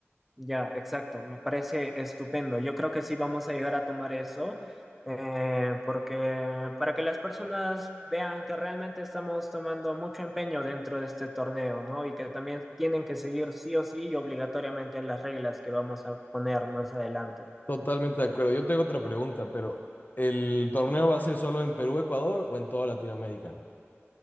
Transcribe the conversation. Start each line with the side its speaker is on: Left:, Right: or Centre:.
Centre: Ya, exacto, me parece estupendo. Yo creo que sí vamos a llegar a tomar eso, eh, porque para que las personas vean que realmente estamos tomando mucho empeño dentro de este torneo, ¿no? Y que también tienen que seguir sí o sí y obligatoriamente las reglas que vamos a poner más adelante.
Left: Totalmente de acuerdo. Yo tengo otra pregunta, pero ¿el torneo va a ser solo en Perú, Ecuador o en toda Latinoamérica?